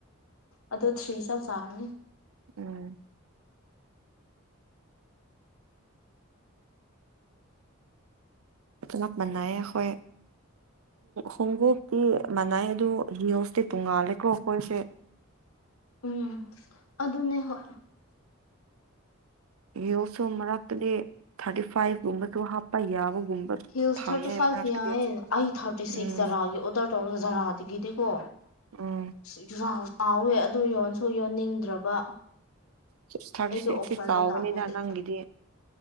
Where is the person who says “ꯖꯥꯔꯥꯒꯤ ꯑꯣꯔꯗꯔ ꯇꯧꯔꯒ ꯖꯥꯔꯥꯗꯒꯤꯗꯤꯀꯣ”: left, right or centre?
Left